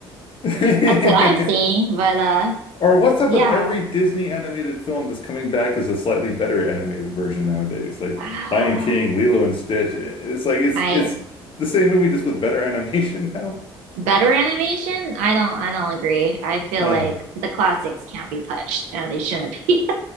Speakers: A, on the left; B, on the right.
A: <laughs>
B: That's what I'm seeing. But uh
A: Or what's up
B: yeah.
A: with every Disney animated film that's coming back as a slightly better animated version nowadays? Like
B: Ah,
A: Lion King, Lilo and Stitch. It's like it's
B: I
A: it's the same movie just with better <laughs> animation now.
B: better animation? I don't I don't agree. I feel
A: Uh,
B: like the classics can't be touched and they shouldn't be.